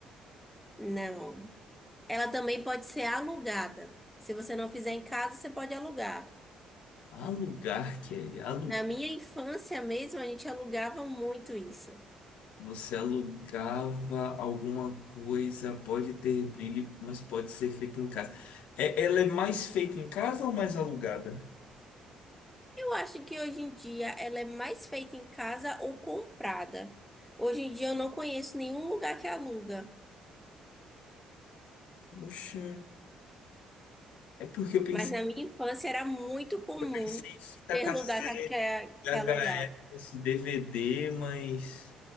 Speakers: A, in the centre; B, on the left.
A: Não. Ela também pode ser alugada. Se você não fizer em casa, você pode alugar.
B: Alugar lugar, Kelly, há
A: Na minha infância mesmo, a gente alugava muito isso.
B: Você alugava alguma coisa, pode ter brilho, mas pode ser feita em casa. É, ela é mais feita em casa ou mais alugada?
A: Eu acho que hoje em dia ela é mais feita em casa ou comprada. Hoje em dia eu não conheço nenhum lugar que aluga,
B: Poxa, é porque eu pensei,
A: mas na minha infância era muito comum
B: pensei em fita
A: ter
B: cassete,
A: lugar que, que
B: VHS,
A: que alugava.
B: DVD, mas.